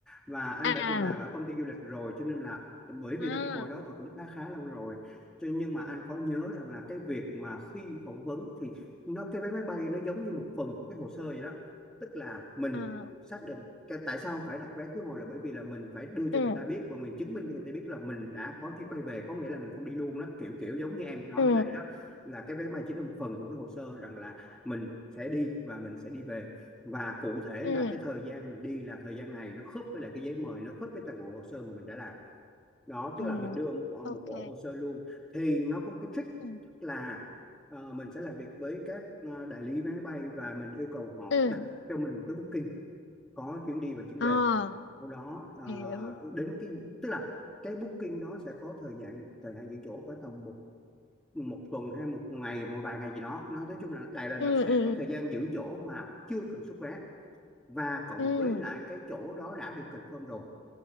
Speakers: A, in the centre; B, on the left (about 60°).
A: và anh
B: à
A: đã từng làm ở công ty du lịch rồi cho nên là bởi vì
B: à
A: là cái hồi đó thì cũng khá khá lâu rồi cho nên- nhưng mà anh có nhớ rằng là cái việc mà khi phỏng vấn thì nó cái vé máy bay nó giống như một phần của cái hồ sơ vậy đó tức là mình
B: à
A: xác định cái tại sao phải đặt vé khứ hồi là bởi vì là mình phải đưa cho
B: ừ
A: người ta biết và mình chứng minh cho người ta biết là mình đã có chuyến bay về có nghĩa là mình không đi luôn đó kiểu kiểu giống như em nói
B: ừ
A: hồi nãy đó là cái vé máy chính là một phần của cái hồ sơ rằng là mình sẽ đi và mình sẽ đi về và cụ thể
B: ừ
A: là cái thời gian mình đi là thời gian này nó khớp với lại cái giấy mời nó khớp với toàn bộ hồ sơ mà mình đã làm đó tức
B: ừ
A: là mình đưa một bộ,
B: ok
A: một bộ hồ sơ luôn thì nó có một cái trick
B: ừ
A: tức là ờ, mình sẽ làm việc với các ờ, đại lý vé máy bay và mình yêu cầu họ
B: ừ
A: đặt cho mình một cái booking có chuyến đi và chuyến
B: à
A: về sau đó ờ,
B: hiểu
A: đến cái tức là cái booking đó sẽ có thời gian thời hạn giữ chỗ khoảng tầm một một tuần hay một ngày một vài ngày gì đó nó nói chung là Đài Loan
B: ừ
A: nó sẽ
B: ừ
A: có thời gian giữ chỗ mà chưa cần xuất vé và cộng
B: ừ
A: với
B: ừ.
A: lại cái chỗ đó đã được confirm rồi